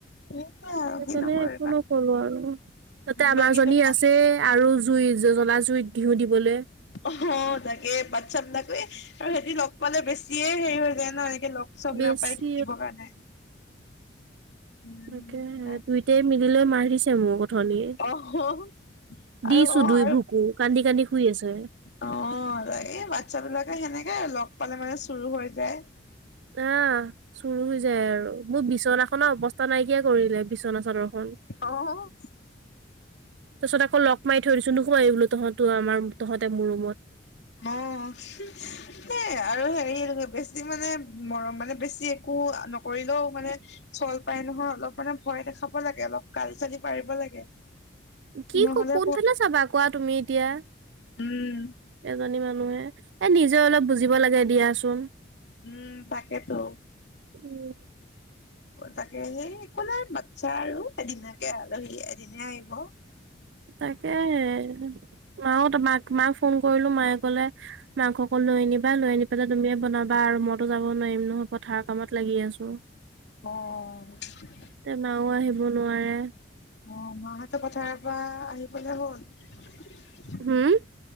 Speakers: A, on the left; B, on the right.
A: সেনেকুৱাই আৰু
B: সেইকাৰণে
A: কিনো কৰিবা।
B: একো নকলোঁ আৰু তাতে আমাৰজনী
A: বাকী তুমি
B: আছেই আৰু জুই জ্বলা জুইত ঘিঁউ দিবলে
A: অ, তাকে বাচ্ছ বিলাকো এ আৰু সিহতি লগ পালে, বেছিয়ে হেৰি হৈ যায় ন, এনেকে লগ চব
B: বেছি
A: নাপায় শিকিব কাৰণে। উম,
B: তাকেহে দুইটাই মিলি লৈ মাৰিছে মোক। অথনিয়ে
A: অ', আৰু
B: দিছো
A: অ',
B: দুই
A: আৰু
B: ভুকু, কান্দি, কান্দি শুই আছে।
A: অ, লাগেই বাচ্ছ বিলাকে সেনেকাই লগ পালে মানে চোৰো হৈ যায়।
B: আহ চোৰো হৈ যায় আৰু মোৰ বিচনাখন অৱস্থা নাইকিয়া কৰিলে বিচ বিচনা চাদৰ খন।
A: অ',
B: তাৰপিছত আকৌ লগ মাৰি থৈ দিছো। নোসোমাবি বুলো তহঁতো আমাৰ তহঁতে মোৰ ৰুমত।
A: অ'। সে, আৰু হেৰি বেছি মানে, মৰম মানে বেছি একো নকৰিলেও মানে চল পাই নহয়, অলপ মানে ভয় দেখাব লাগে। অলপ গালি, চালি পাৰিব লাগে।
B: কি,
A: নহ'লে
B: ক, কোনফালে চাবা কোৱা তুমি এতিয়া।
A: উম।
B: এজনী মানুহে এই নিজে অলপ বুজিব লাগে দিয়াচোন।
A: উম, তাকেতো।
B: উম
A: তাকে সেই একো নাই, বাচ্ছা আৰু এদিনাকে আলহী এদিনাই আহিব।
B: তাকেহে মাও তোমাক, মাক ফোন কৰিলো মায়ে কলে মাংস কণ লৈ আনিবা, লৈ আনি পেলাই তুমিয়ে বনাবা আৰু মইতো যাব নোৱাৰিম নহয়, পথাৰ কামত লাগি আছো।
A: অ'।
B: এতিয়া মাও আহিব নোৱাৰে।
A: অ মাহঁতেও পথাৰ পৰা আহিবলে হ'ল।
B: হুম